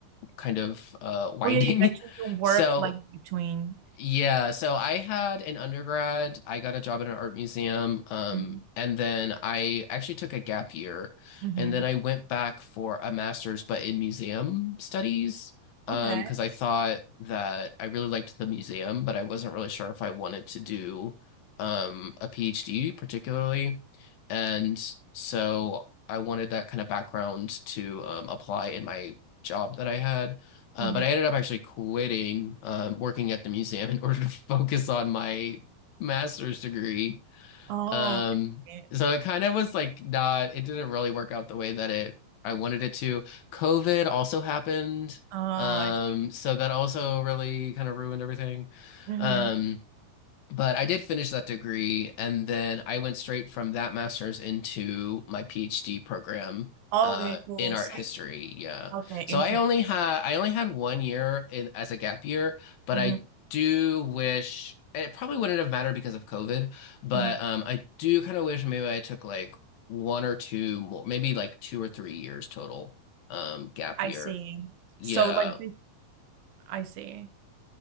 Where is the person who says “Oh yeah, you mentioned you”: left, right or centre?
Right